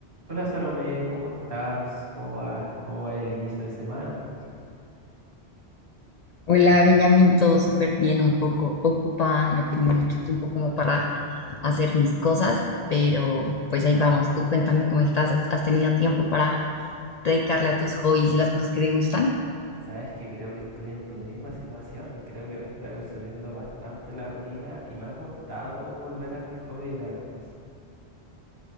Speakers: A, on the right; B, on the left.
A: Hola Salomé, ¿cómo estás? ¿Cómo va? ¿Cómo va el inicio de semana?
B: Hola, Benjamín, todo súper bien, un poco ocupada, no he tenido mucho tiempo como para hacer mis cosas, pero pues ahí vamos, tú cuéntame cómo estás, ¿has has tenido tiempo para dedicarle a tus hobbies y las cosas que te gustan?
A: Sabes que creo que estoy en tu misma situación. Creo que me está consumiendo bastante la rutina y me ha costado volver a mis hobbies de antes.